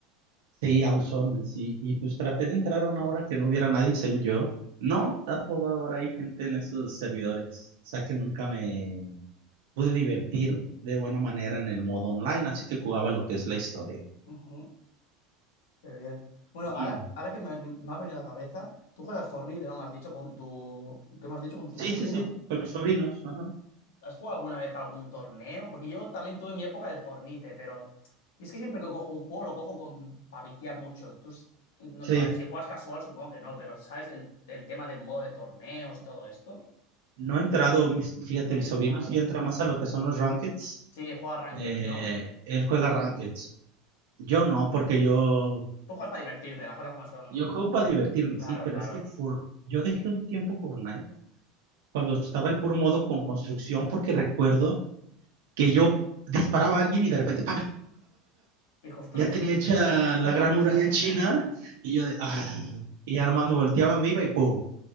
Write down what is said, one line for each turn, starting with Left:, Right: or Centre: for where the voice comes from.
Right: Sí, abusones. Y, y pues traté de entrar a una hora que no hubiera nadie, según yo. No, a toda hora hay gente en esos servidores. O sea que nunca me, pude divertir de buena manera en el modo online, así que jugaba lo que es la historia.
Left: Ujú, Qué bien. Bueno, ahora,
Right: Y-
Left: ahora que me, me ha venido a la cabeza, tú juegas al Fortnite, ¿no? Me has dicho con tu... ¿Qué me has dicho? Con tu
Right: Sí,
Left: sobrino.
Right: sí, sí, con mis sobrinos. Ajá.
Left: ¿Has jugado alguna vez algún torneo? Porque yo también tuve mi época del Fornite, pero. Y es que siempre que cojo un juego lo cojo con... para viciar mucho. Tú... s- no,
Right: Sí,
Left: a ver, si juegas casual supongo que no, pero ¿sabes el, el tema del modo de torneos y todo esto?
Right: no he entrado, mis- fíjate,
Left: No has
Right: mis
Left: entrado.
Right: sobrinos sí entra más a lo que son los rankeds.
Left: Sí, juegas Ranked,
Right: Eh,
Left: ¿no?
Right: él
Left: Ujú.
Right: juega rankeds. Yo no, porque yo,
Left: Tú juegas para divertirte, las cosas como son,
Right: yo
Left: ¿no?
Right: juego para divertirme,
Left: Claro,
Right: sí, pero
Left: claro.
Right: es que for- yo dejé un tiempo Fortnite cuando estaba el puro modo con construcción, porque recuerdo que yo disparaba a alguien y de repente,
Left: Y construir
Right: ya tenía
Left: <laughs>
Right: hecha la
Left: en
Right: gran
Left: la casa.
Right: muralla
Left: <laughs>
Right: china y yo de, ah, y ya nomás me volteaba, me iba y ¡pum!